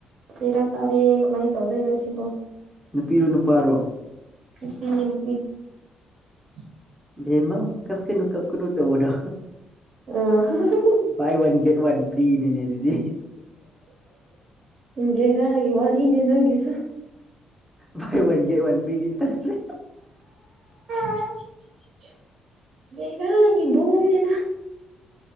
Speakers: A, on the right (about 60°); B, in the centre.
A: ꯕꯦꯔꯥ ꯇꯥꯔꯦ ꯀꯃꯥꯏ ꯇꯧꯗꯣꯏꯅꯣ ꯁꯤꯕꯨ
B: ꯅꯨꯄꯤꯔꯣ ꯅꯨꯄꯥꯔꯣ
A: ꯅꯨꯄꯤꯅꯦ ꯅꯨꯄꯤ <inaudible>
B: ꯚꯦꯝꯃꯧ ꯀꯐꯀꯥꯅꯨ ꯀꯐꯀꯥꯅꯨ ꯇꯧꯕꯗꯣ
A: ꯑ
B: ꯕꯥꯏ ꯋꯥꯟ ꯒꯦꯠ ꯋꯥꯟ ꯐ꯭ꯔꯤꯅꯤꯅꯦ ꯑꯗꯨꯗꯤ
A: ꯕꯦꯔꯥꯒꯤ ꯋꯥꯔꯤꯅꯦ ꯅꯪꯒꯤꯁꯤ
B: ꯕꯥꯢ ꯋꯥꯟ ꯒꯦꯠ ꯋꯥꯟ ꯐꯔꯤꯗꯤ ꯇꯜꯂꯦ
A: ꯑꯁ ꯕꯦꯔꯥꯒꯤ ꯗꯣꯟꯅꯤꯗ